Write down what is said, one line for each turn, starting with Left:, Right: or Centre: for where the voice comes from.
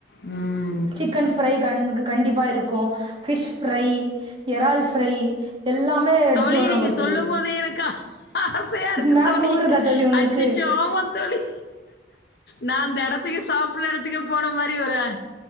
Left: ம்
Right: சிக்கன் ஃப்ரை கண் கண்டிப்பா இருக்கு ஃபிஷ் ஃப்ரை எறால் ஃப்ரை எல்லாமே எடுத்துட்டு
Left: தோழி
Right: வராங்க
Left: நீங்க
Right: தோழி.
Left: சொல்லும்போதே எனக்கு ஆசையா இருக்கு
Right: நாக்கு
Left: தோழி
Right: ஊறுதா தோழி உங்களுக்கு?
Left: அச்சுச்சோ ஆமா தோழி நா அந்த எடத்துக்கு சாப்டற எடத்துக்கு போன மாரி ஒரு